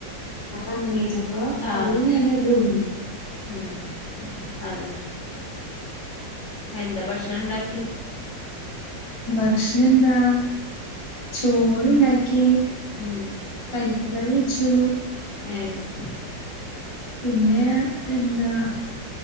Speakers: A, on the left; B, on the left.
A: അപ്പ അങ്ങനെജ അപ്പ
B: ആഹ്
A: അവന് ഞാനും ഒരു റൂമിൽ
B: ഉം അതന്നെ എന്താ ഭക്ഷണം ഉണ്ടാക്കി?
A: ഭക്ഷണം എന്താ ചോർണ്ടാക്കി
B: ഉം
A: പരിപ്ക്കറി വെച്ചു
B: എഹ്
A: പിന്നെ എന്താ